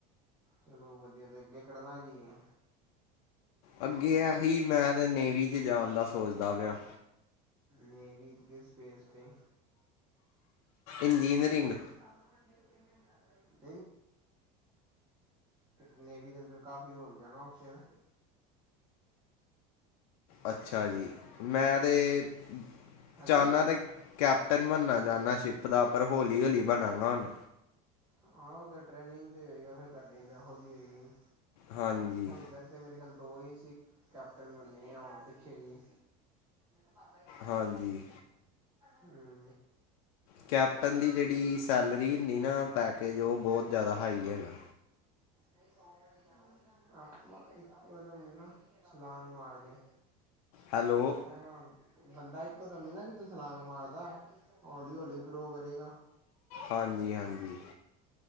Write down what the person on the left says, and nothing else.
ਅੱਗੇ ਆਹੀ, ਮੈਂ ਤਾਂ ਨੇਵੀ ਚ ਜਾਣ ਦਾ ਸੋਚਦਾ ਪਿਆ।
ਇੰਜੀਨੀਅਰਿੰਗ।
ਅੱਛਾ ਜੀ, ਮੈਂ ਤੇ
ਚਾਹੁੰਦਾ ਤੇ ਕੈਪਟਨ ਬਣਨਾ ਚਾਹੁੰਦਾ ਸ਼ਿਪ ਦਾ ਪਰ ਹੌਲੀ ਹੌਲੀ ਬਣਾਂਗਾ ਹੁਣ
ਹਾਂਜੀ
ਹਾਂਜੀ।
ਕੈਪਟਨ ਦੀ ਜੇੜੀ ਸੈਲਰੀ ਹੁੰਦੀ ਨਾ, ਪੈਕੇਜ ਓਹ ਬੋਤ ਜਾਦਾ ਹਾਈ ਹੈਗਾ ਆ।
ਹੈਲੋ।
ਹਾਂਜੀ-ਹਾਂਜੀ।